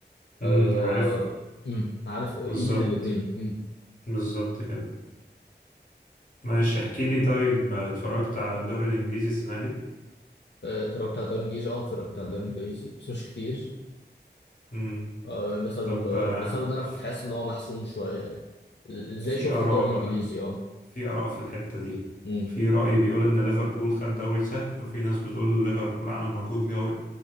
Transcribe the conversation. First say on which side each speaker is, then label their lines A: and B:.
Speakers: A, on the left; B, on the left.
A: امم
B: أه...
A: عارف
B: امم عارف قيمة
A: بالظبط
B: الاثنين امم
A: بالظبط كده ماشي احكي لي طيب آه، اتفرجت على الدوري الانجليزي السنة دي
B: آه، اتفرجت على الدوري الانجليزي اه اتفرجت على الدوري الانجليزي بس مش كتير
A: امم
B: أه... مثلا
A: طب آه،
B: بسبب ان انا
A: ف-
B: كنت حاسس ان هو محسوم شوية يعني ازاي
A: في
B: شفت
A: آراء
B: الدوري
A: بقى
B: الانجليزي اه
A: في آراء في الحتة دي
B: امم
A: في رأي بيقول إن ليفربول خد دوري سهل وفي ناس بتقول ليفربول عمل مجهود جو-